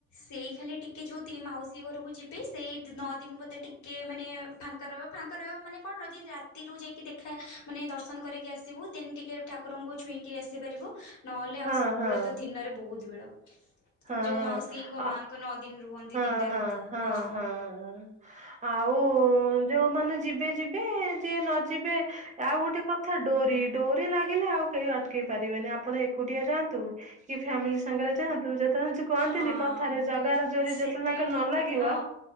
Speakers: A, on the left; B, on the right.
A: ସେଇ ଖାଲି ଟିକେ ଯୋଉ ତି ମାଉସୀ ଘରୁକୁ ଯିବେ ସେଇ ନଅ ଦିନ ବୋଧେ ଟିକେ ମାନେ ଫାଙ୍କା ରହିବ। ଫାଙ୍କା ରହିବ ମାନେ କଣ ଯଦି ରାତିରୁ ଯାଇକି ଦେଖା ମାନେ ଦର୍ଶନ କରିକି ଆସିବୁ ଦେନ ଟିକେ ଠା କୁରଙ୍କୁ ଛୁଇଁକି ଆସିପାରିବୁ ନହଲେ ଆଉ
B: ହଁ
A: ସବୁବେଳେ
B: ହଁ
A: ତ ଦିନରେ ବୋହୁତ ଭିଡ।
B: ହଁ
A: ଯୋଉ ମାଉସୀଙ୍କ
B: ଆ
A: ମାଙ୍କ ନଅଦିନ ରୁହନ୍ତି
B: ହଁ
A: ତିନଟା
B: ହଁ
A: ରଥ ହଁ।
B: ହଁ। ଆଉ ଯୋଉମାନେ ଯିବେ ଯିବେ ଯିଏ ନ ଯିବେ। ଆଉ ଗୋଟେ କଥା ଡୋରି ଡୋରି ଲାଗିଲେ ଆଉ କେହି ଅଟକେଇ ପାରିବେନି ଆପଣ ଏ ଏକୁଟିଆ ଯାଆନ୍ତୁ କି ଫ୍ୟାମିଲି ସାଙ୍ଗରେ ଯାଆନ୍ତୁ ଯ <unintelligible> କଅନ୍ତିନି
A: ହଁ।
B: କଥାରେ ଜଗାର ଡୋରି
A: ସେଟା
B: ଯେତବେଳେ ଯାଁକ
A: ବି ଠିକ
B: ନ ଲାଗିବ
A: କଥା ହଁ